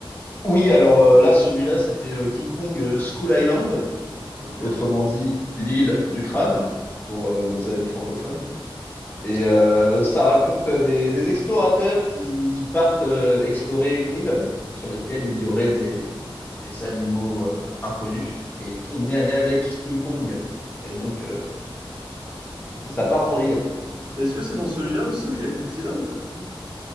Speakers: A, on the left; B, on the right.
A: Oui, alors euh, là, celui-là, c'était euh, King Kong euh, School Island,
B: Ok.
A: autrement dit l'île du crâne, pour euh, nos amis francophones. Et euh, ça raconte euh, des, des explorateurs qui, qui partent euh, explorer une île sur lesquelles il y aurait des, des animaux euh, inconnus. Et ils tombent nez à nez avec King Kong. Et donc, euh,
B: Hmm.
A: ça part en vrille.
B: Est-ce que c'est dans celui-là aussi où il y a Godzilla ou pas du tout?